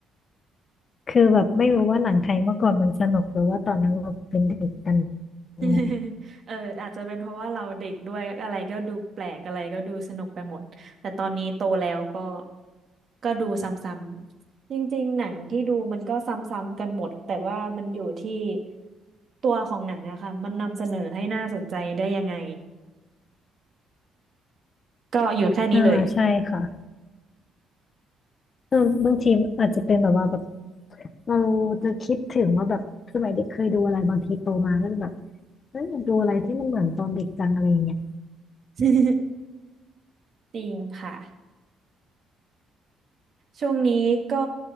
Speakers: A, on the left; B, on the right.
A: คือแบบไม่รู้ว่าหนังไทยเมื่อก่อนมันสนุกหรือว่าตอนนั้นเราเป็นเด็กกันแน่
B: <laughs> เอออาจจะเป็นเพราะว่าเราเด็กด้วยอะไรก็ดูแปลกอะไรก็ดูสนุกไปหมดแต่ตอนนี้โตแล้วก็ก็ดูซ้ำๆจริงๆหนังที่ดูมันก็ซ้ำๆกันหมดแต่ว่ามันอยู่ที่ตัวของหนังอะค่ะมันนำเสนอให้น่าสนใจได้ยังไงก็อยู่แค่นี้เลย
A: อ่าใช่ค่ะเออบางทีอาจจะเป็นแบบว่าแบบเราจะคิดถึงว่าแบบสมัยเด็กเคยดูอะไรบางทีโตมาก็จะแบบเอยอยากดูอะไรที่มันเหมือนตอนเด็กจังอะไรอย่างเงี้ย
B: <laughs> จริงค่ะช่วงนี้ก็